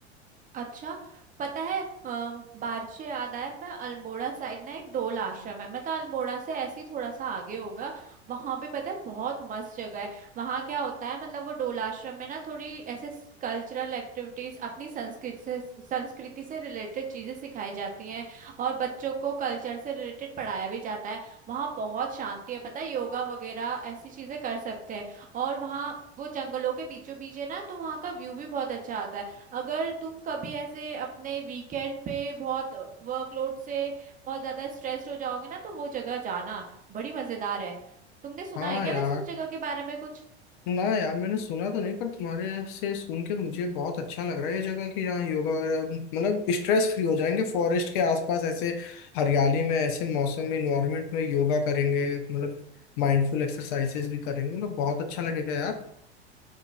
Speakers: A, on the right; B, on the left.
A: अच्छा पता है अ, बारिश से याद आया मैं अल्मोड़ा साइड ना एक डोल आश्रम है मतलब अल्मोड़ा से ऐसे ही थोड़ा सा आगे होगा वहां पे पता है बहुत मस्त जगह है वहां क्या होता है मतलब वो डोल आश्रम में ना थोड़ी ऐसे कल्चरल एक्टिविटीज अपनी संस्कृति से संस्कृति से रिलेटेड चीजें सिखाई जाती हैं और बच्चों को कल्चर से रिलेटेड पढ़ाया भी जाता है वहाँ बहुत शांति है पता है योगा वगैरह ऐसी चीजें कर सकते हैं और वहाँ वो जंगलों के बीचों बीच है ना तो वहाँ का व्यू भी बहुत अच्छा आता है अगर तुम कभी ऐसे अपने वीकेंड पे बहुत वर्कलोड से बहुत ज्यादा स्ट्रेस्ड हो जाओगे ना तो वो जगह जाना बड़ी मजेदार है तुमने सुना
B: हाँ
A: है क्या
B: यार
A: वैसे उस जगह के बारे में कुछ
B: ना यार मैंने सुना तो नहीं पर तुम्हारे से सुन के मुझे बहुत अच्छा लग रहा है ये जगह कि यहाँ योगा वगैरह मतलब स्ट्रेस फ्री हो जाएंगे फॉरेस्ट के आसपास ऐसे हरियाली में ऐसे मौसम में इन्वायरमेंट में योगा करेंगे मतलब माइंडफुल एक्सरसाइजेस भी करेंगे मतलब बहुत अच्छा लगेगा यार